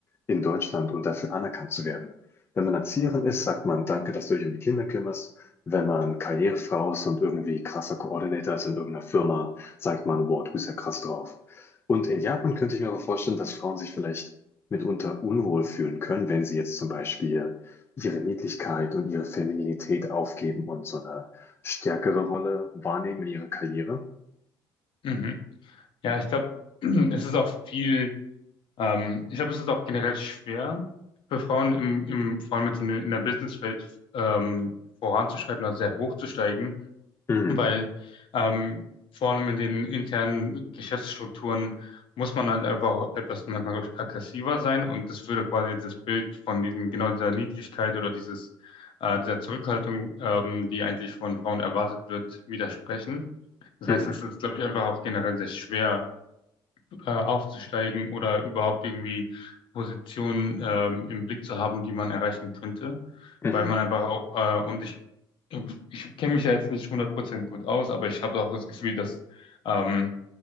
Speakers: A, on the left; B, on the left.
A: in Deutschland und dafür anerkannt zu werden. Wenn man Erzieherin ist, sagt man, danke, dass du dich um die Kinder kümmerst. Wenn man Karrierefrau ist und irgendwie krasser Koordinator ist in irgendeiner Firma, sagt man, wow, du bist ja krass drauf. Und in Japan könnte ich mir aber vorstellen, dass Frauen sich vielleicht mitunter unwohl fühlen können, wenn sie jetzt zum Beispiel ihre Niedlichkeit und ihre Femininität aufgeben und so eine stärkere Rolle wahrnehmen in ihrer Karriere.
B: mhm. Ja, ich glaube, <clears throat> es ist auch viel Ähm, ich glaube, es ist auch generell schwer für Frauen im, im vor allem jetzt in, in der Businesswelt ähm, voranzuschreiten oder sehr hochzusteigen,
A: Mhm,
B: weil ähm, vor allem in den internen Geschäftsstrukturen muss man halt einfach auch etwas manchmal glaub ich, aggressiver sein und das würde quasi das Bild von diesen genau dieser Niedlichkeit oder dieses äh, dieser Zurückhaltung, ähm, die eigentlich von Frauen erwartet wird, widersprechen. Das
A: mhm,
B: heißt, es ist, glaube ich, einfach auch generell sehr schwer äh, aufzusteigen oder überhaupt irgendwie Positionen ähm, im Blick zu haben, die man erreichen könnte,
A: mhm.
B: weil man einfach auch, äh, und ich, ich kenne mich ja jetzt nicht hundert Prozent gut aus, aber ich habe auch das Gefühl, dass ähm,